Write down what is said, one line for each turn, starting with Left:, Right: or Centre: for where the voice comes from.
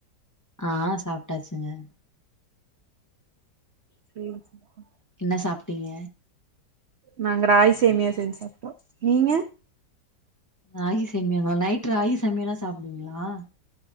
Left: ஆ சாப்ட்டாச்சுங்க
Right: ப்ரியோஜன்மா
Left: என்ன சாப்ட்டீங்க
Right: நாங்க ராகி சேமியா செஞ்சு சாப்ட்டோ நீங்க
Left: ராகி சேமியாவா நைட் ராகி சேமியால சாப்டுவீங்ளா